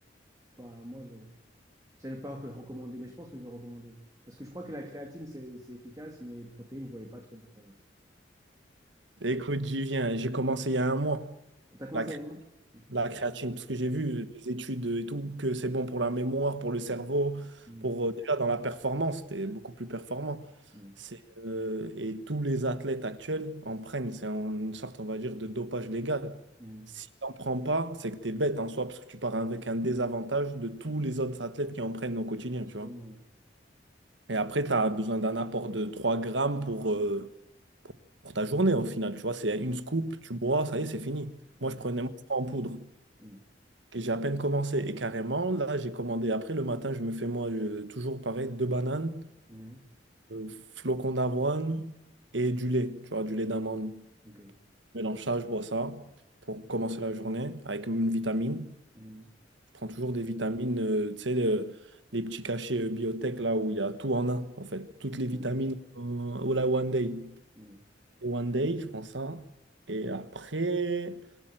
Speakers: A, on the right (about 20°); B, on the right (about 85°).
A: je sais pas, moi, Je savais pas recommander, mais je pense que je vais recommander. Parce que je crois que la créatine, c'est c'est efficace, mais les protéines, je voyais pas trop de différence.
B: Écoute, j'y viens. J'ai commencé il y a un mois.
A: T'as commencé
B: La
A: à y avoir? Ok.
B: La créatine, parce que j'ai
A: Ouais.
B: vu des études et tout, que c'est bon pour la mémoire, pour le cerveau,
A: Mm,
B: pour euh, déjà dans la performance, t'es beaucoup plus performant.
A: mm,
B: C'est, euh, et tous les athlètes actuels en prennent, c'est en- une sorte, on va dire, de dopage légal.
A: mm.
B: Si t'en prends pas, c'est que t'es bête en soi, parce que tu pars avec un désavantage de tous les autres athlètes qui en prennent au quotidien,
A: Absolument.
B: tu vois.
A: ouais.
B: Et après, tu as besoin d'un apport de 3 grammes pour, euh, pour ta journée au final, tu vois. C'est une scoop, tu bois, ça y est, c'est fini.
A: Mm,
B: Moi, je prenais mon froid en poudre
A: mm,
B: que j'ai à peine commencé. Et carrément, là, j'ai commandé. Après, le matin, je me fais moi euh, toujours pareil, deux bananes,
A: mm.
B: euh, flocons d'avoine et du lait, tu vois, du lait d'amande.
A: Ok.
B: Mélange ça, je bois ça pour commencer la journée avec une vitamine.
A: Mm,
B: Je prends toujours des vitamines, euh, tu sais, le- les petits cachets euh, biotech là où il y a tout en un, en fait. Toutes les vitamines,
A: mm,
B: euh, au la One Day.
A: mm.
B: Et One Day, je prends ça. Et après,